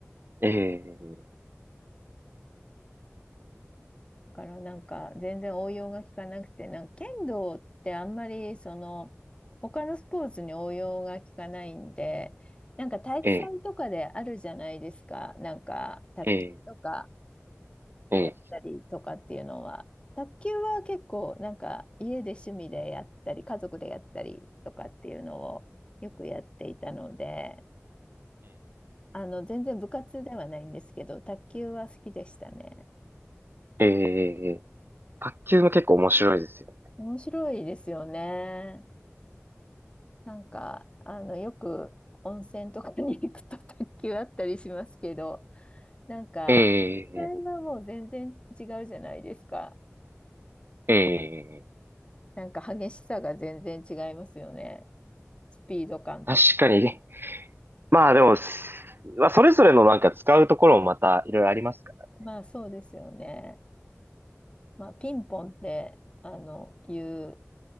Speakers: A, on the right (about 50°); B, on the left (about 25°).
A: ええ、
B: からなんか全然応用が効かなくて、なんか剣道ってあんまりその他のスポーツに応用が効かないんで、なんか体育祭とかであるじゃないですか、
A: ええ、
B: なんか卓球とか
A: ええ、ええ、
B: やったりとかっていうのは。卓球は結構なんか家で趣味でやったり、家族でやったりとかっていうのをよくやっていたので、あの全然部活ではないんですけど、卓球は好きでしたね。
A: ええ、ええ、卓球も結構面白いですよね。
B: 面白いですよね。なんか、あの、よく温泉とかに行くと卓球あったりしますけど、なんか、
A: え
B: 実際はもう全然違うじゃないですか。
A: え、ええ、ええ、
B: なんか激しさが全然違いますよね。スピード感と。
A: 確かにね。まあでも、すまあそれぞれのなんか使うところもまたいろいろありますから。
B: はいまあそうですよね。まあピンポンって、あの、いう、